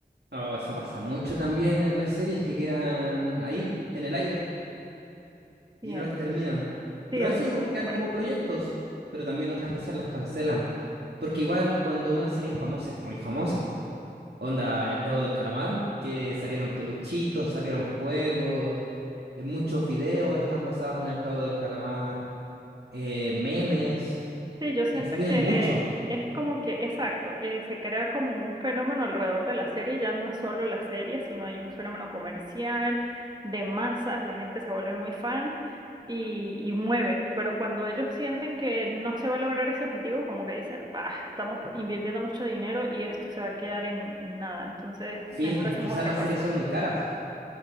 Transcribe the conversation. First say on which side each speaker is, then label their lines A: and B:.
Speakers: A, on the right; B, on the right.
A: Oh, eso pasa mucho también en las series que quedan ahí, en el aire,
B: sí
A: y no las terminan.
B: Sí,
A: Pero
B: entonces,
A: a veces igual quedan
B: bueno.
A: como proyectos, pero también otras veces las cancelan. Porque igual cuando una serie es famosa, es muy famosa. Onda, el juego del calamar, que salieron peluchitos, salieron juegos, eh, muchos videos están basados en el juego del calamar, eh, memes,
B: Sí, yo siento
A: influyen
B: que
A: mucho.
B: es como que, exacto, eh, se crea como un fenómeno alrededor de la serie, ya no es solo la serie, sino hay un fenómeno comercial, de masas, la gente se vuelve muy fan y, y mueve, pero cuando ellos sienten que no se va a lograr ese objetivo, como que dicen, bah, estamos invirtiendo mucho dinero y esto se va a quedar en, en nada, entonces
A: Sí,
B: mejor
A: es que
B: hacemos
A: quizás
B: otra
A: las
B: cosa.
A: series son muy caras,